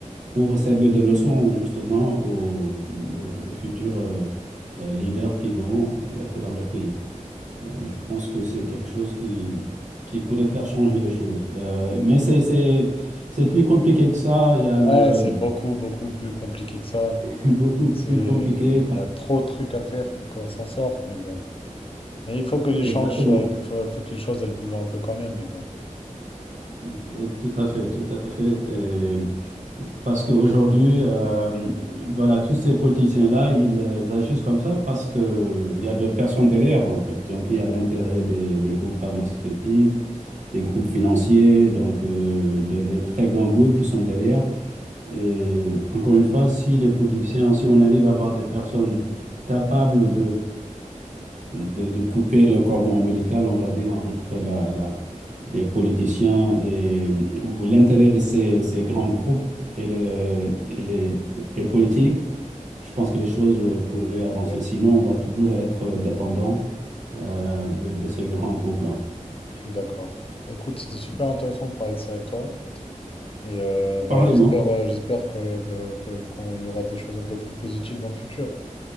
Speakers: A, on the right; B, on the left.
A: pour servir de leçon justement aux, aux- aux futurs euh, euh, leaders qui vont être dans leur pays. Euh, je pense que c'est quelque chose qui, qui pourrait faire changer les choses. Euh, mais c'est, c'est, c'est plus compliqué que ça. Il y a le
B: Ouais, c'est beaucoup, beaucoup plus compliqué que ça.
A: <laughs> beaucoup
B: C'est...
A: plus compliqué.
B: Il y a trop de trucs à faire pour qu'on s'en sorte, mais bon. Mais il faut que les
A: Exactement.
B: changes, euh, il faut, il faut que les choses elles bougent un peu quand même, mais bon,
A: Il et Tout à fait, tout à fait. Et parce qu'aujourd'hui, euh, voilà, tous ces politiciens-là, ils euh, agissent comme ça parce qu'il y a d'autres personnes derrière, en fait. Donc, il y a l'intérêt des, des groupes pharmaceutiques, des groupes financiers, donc euh, des, des très grands groupes qui sont derrière. Et encore une fois, si les politiciens, si on arrive à avoir des personnes capables de, de couper le cordon ombilical, on va dire, entre la, la- les politiciens et, ou l'intérêt de ces, ces grands groupes et les, et les, et les politiques, je pense que les choses euh, pourraient avancer.
B: c'est vrai,
A: Sinon, on va toujours être dépendant euh, de, de ces grands groupes-là.
B: je suis d'accord. Écoute, c'était super intéressant de parler de ça avec toi. Et euh, bah,
A: Pareillement.
B: j'espère euh, j'espère que, que, que- qu'on y aura des choses un peu plus positives dans le futur.